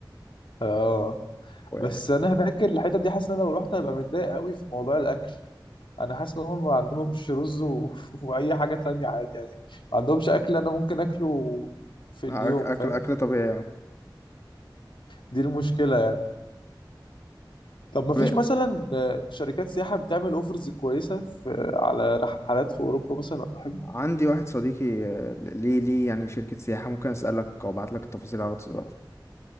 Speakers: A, on the left (about 80°); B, on the left (about 35°).
A: اه
B: و...
A: بس انا هناك الحتت دي حاسس ان انا لو رحت هبقى متضايق قوي في موضوع الاكل انا حاسس ان هم ما عندهمش رز و... <laughs> واي حاجه تانية عادي يعني ما عندهمش اكل انا ممكن اكله في اليوم
B: أك-
A: فاهم
B: اكل اكل طبيعي يعني.
A: دي المشكله طب ما
B: طب
A: فيش مثلا آه، شركات سياحة بتعمل اوفرز كويسة في على رحلات في أوروبا مثلا أو حاجة
B: عندي واحد صديقي آه، ليه ليه يعني شركة سياحة ممكن اسألك او ابعت لك التفاصيل على الواتس دلوقتي